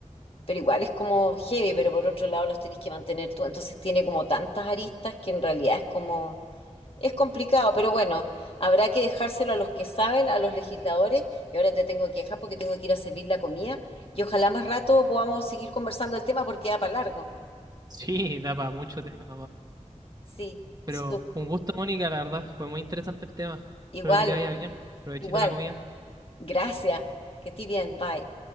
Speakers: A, on the left (about 50°); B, on the right (about 30°).
A: pero igual es como heavy, pero por otro lado los tenés que mantener tú, entonces tiene como tantas aristas que en realidad es como, es complicado, pero bueno, habrá que dejárselo a los que saben, a los legisladores, y ahora te tengo que dejar porque tengo que ir a servir la comida, y ojalá más rato podamos seguir conversando el tema porque da para largo.
B: Sí, da para mucho tema.
A: Sí,
B: Pero
A: su-
B: un gusto, Mónica, la verdad, fue muy interesante el tema.
A: igual,
B: Espero que te vaya bien. Provechito
A: igual,
B: la comida.
A: gracias, que estés bien, bye.